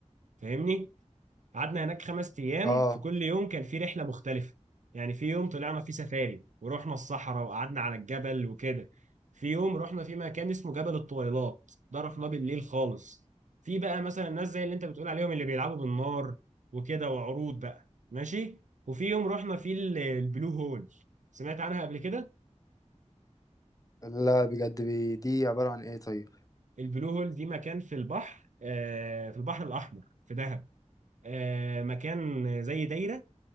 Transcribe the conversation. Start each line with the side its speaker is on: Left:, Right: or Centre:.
Right: فاهمني قعدنا هناك خمس ايام
Left: اه
Right: في كل يوم كان في رحله مختلفه يعني في يوم طلعنا فيه سفاري ورحنا الصحراء وقعدنا على الجبل وكده في يوم رحنا في مكان اسمه جبل الطويلات ده رحناه بالليل خالص في بقى مثلا الناس زي اللي انت بتقول عليهم اللي بيلعبوا بالنار وكده وعروض بقى ماشي وفي يوم رحنا فيه ال- البلو هول سمعت عنها قبل كده
Left: لا بجد بي- دي عبارة عن ايه طيب
Right: البلو هول دي مكان في البحر آه، في البحر الاحمر في دهب آه، مكان زي دايره